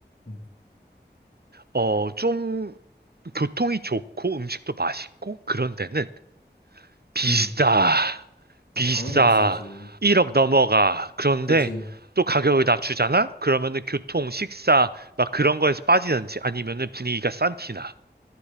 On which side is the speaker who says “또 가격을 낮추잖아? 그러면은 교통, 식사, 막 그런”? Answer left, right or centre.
Right